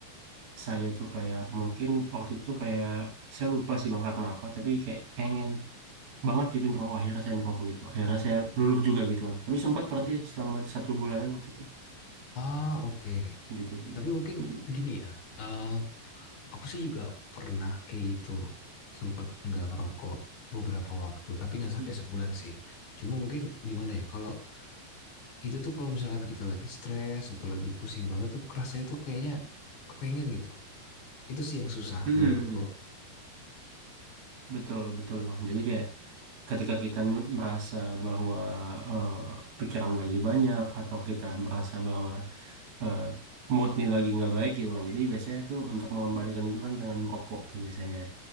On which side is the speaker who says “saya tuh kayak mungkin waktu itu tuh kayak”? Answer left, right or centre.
Right